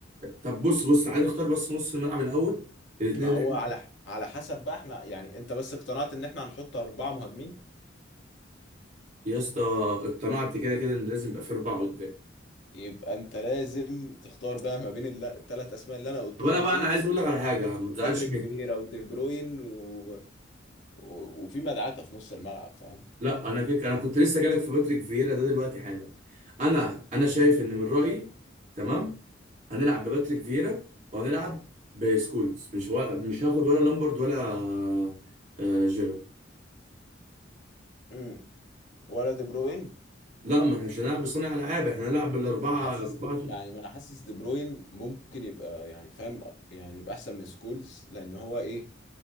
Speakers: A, on the right; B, on the left.
A: طب بص بص عايز نختار بس نص الملعب الاول الاثنين
B: ما
A: اللي
B: هو
A: احنا
B: على ح- على حسب بقى احنا يعني انت بس اقتنعت ان احنا هنحط اربعة مهاجمين
A: يا اسطى اقتنعت كده كده ان لازم يبقى في اربعه قدام
B: يبقى انت لازم تختار بقى ما بين الثلاث اسماء اللي انا قلتهم
A: طب انا بقى
B: دول
A: انا عايز اقول لك على حاجه ما
B: وباتريك
A: تزعلش مني
B: فييرا ودي بروين و... و... وفي مدعكة في نص الملعب فاهم
A: لا انا كده انا كنت لسه جالك في باتريك فييرا ده دلوقتي حالا انا انا شايف ان من رايي تمام هنلعب بباتريك فييرا وهنلعب بسكولز مش هو... مش هاخد ولا لامبرد ولا آه، جيرارد
B: امم ولا دي بروين
A: لا ما احنا مش هنلعب بصانع العاب احنا هنلعب بالاربعه
B: انا حاسس
A: اربعه
B: دي... يعني ما انا حاسس دي بروين ممكن يبقى يعني فاهم يعني يبقى احسن من سكولز لان هو ايه